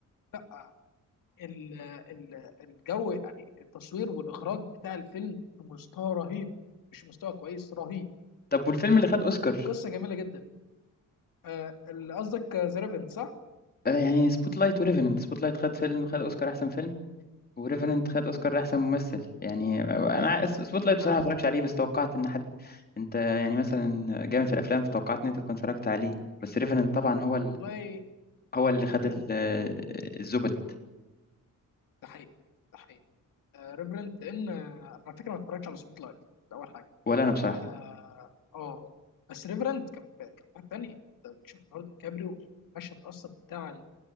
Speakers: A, on the left (about 75°); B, on the left (about 30°).
A: لا ال- ال- الجو يعني التصوير والاخراج بتاع الفيلم في مستوى رهيب مش مستوى كويس رهيب
B: طب والفيلم
A: فاهمني
B: اللي خد أوسكار
A: القصه جميله جدا آه، اللي قصدك ذا ريفرنت صح
B: آه، يعني سبوت لايت وريفننت سبوت لايت خد فيلم خد أوسكار أحسن فيلم وريفننت خد أوسكار أحسن ممثل يعني آه، أنا سبوت لايت بصراحة
A: معاك
B: ما اتفرجتش عليه بس توقعت إن حد أنت يعني مثلا جامد في الأفلام فتوقعت إن أنت تكون اتفرجت عليه بس ريفننت طبعا هو
A: والله
B: هو اللي
A: ريفرنت
B: خد ال- الزبد
A: ده حقيقي ده حقيقي ريفرنت لان آه، انا على فكره ما اتفرجتش على سبوت لايت ده اول حاجه
B: ولا انا بصراحه
A: اه آه. بس ريفرنت كان كان حاجه ثانيه انت بتشوف النهارده كابريو المشهد اصلا بتاع ال-